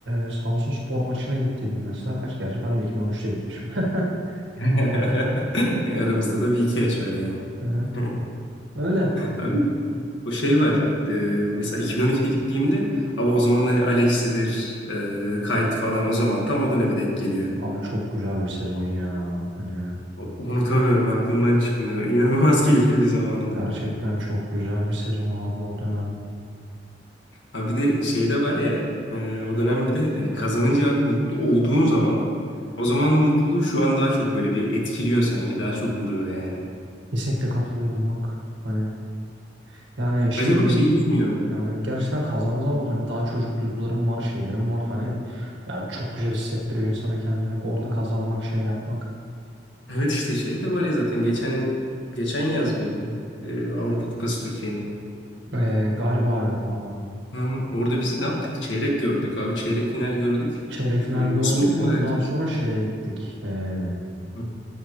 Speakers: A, on the right; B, on the left.
A: e, Samsun Spor maçına gittiydim mesela. Kaç gerçi ben de 2013'te gitmişim. <laughs>
B: <laughs> Aramızda da bir iki yaş var yani.
A: Hani
B: <laughs>
A: öyle
B: Abi
A: hani
B: o şey var. E, mesela 2012'de gittiğimde abi o zaman hani Alex'idir, e, Kite falan o zaman tam o döneme denk geliyor.
A: abi çok güzel bir sezon ya. Hani
B: Unutamıyorum aklımdan çıkmıyor. İnanılmaz keyifli bir zamandı.
A: gerçekten çok güzel bir sezon abi o dönem.
B: Ha bir de şey de var ya e, o dönem bir de hani kazanınca abi mutlu olduğun zaman o zamanın mutluluğu şu an daha çok böyle bir etkiliyor sanki daha çok vuruyor yani.
A: Kesinlikle katılıyorum bak. Hani yani şey
B: Acaba
A: değil.
B: şeyi düşünüyorum.
A: Yani gerçekten kazandığın zaman hani daha çocuk duygularım var, şeylerim var. Hani yani çok güzel hissettiriyor insana kendini. Orada kazanmak, şey yapmak.
B: Evet işte şey de var ya zaten geçen geçen yaz mıydı? E, Avrupa Kupası Türkiye'nin.
A: Ee, galiba evet abi.
B: Ha, orada biz ne yaptık? Çeyrek gördük abi çeyrek final gördük.
A: Çeyrek final
B: Nasıl
A: gördük.
B: mutlu
A: Ondan
B: herkes?
A: sonra şeye gittik. Ee,
B: Hı.